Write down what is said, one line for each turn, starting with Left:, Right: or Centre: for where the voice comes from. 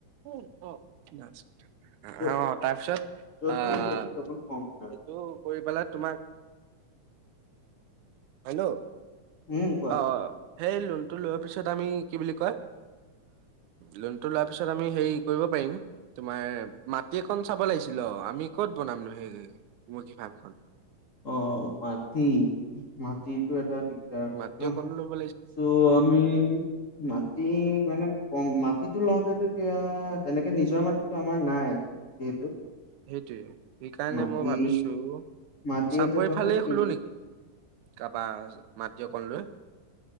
Right: অ অ তাৰপিছত
Left: য'ত য'ত
Right: আহ
Left: মানে ইণ্টাৰেষ্টটো
Right: সেইটো
Left: অকণ কম হয় আৰু।
Right: কৰি পেলাই তোমাক হেল্ল' অ
Left: উম কোৱা।
Right: অ সেই লোনটো লোৱাৰ পিছত আমি। কি বুলি ক লোন লা তাৰ পিছত আমি হেৰি কৰিব পাৰিম তুমাৰ মাটি একন চাব লাগিছিল অ আমি ক'ত বনামো সেই মজি ফামখন
Left: অ মাটি মাটিতো এটা দিগদাৰ
Right: মাতিয়
Left: ন।
Right: কনলো ব
Left: চ' আমি মাটি মানে কম মাটিতো লওঁতে তেতিয়া অ তেনেকে নিজৰ মাটিতো আমাৰ নাই যিহেতু
Right: সেইটোৱে সেইকাৰণে
Left: মাটি
Right: মই ভাবিছো।
Left: মাটি
Right: চাপৰি
Left: এডোখৰ
Right: ফালেই
Left: কি
Right: খোলো নেকি কাৰবাৰ মাটি অকন লৈ